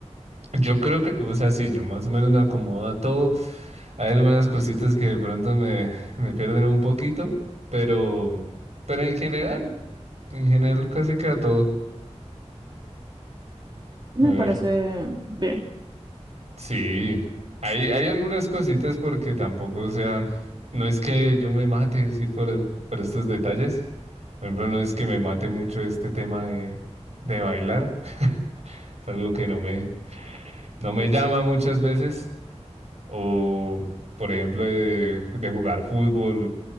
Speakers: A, on the right (about 70°); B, on the right (about 40°).
A: Yo creo que, o sea, sí, yo más o menos me acomodo a todo. Hay algunas cositas que de pronto me, me pierden un poquito, pero, pero en general, en general casi que a todo.
B: Me
A: A ver,
B: parece bien.
A: sí, hay, hay algunas cositas porque tampoco, o sea, no es que yo me mate, sí, por, por estos detalles. Por ejemplo, no es que me mate mucho este tema de, de bailar. <laughs> Es algo que no me, no me llama muchas veces. O, por ejemplo, de, de jugar fútbol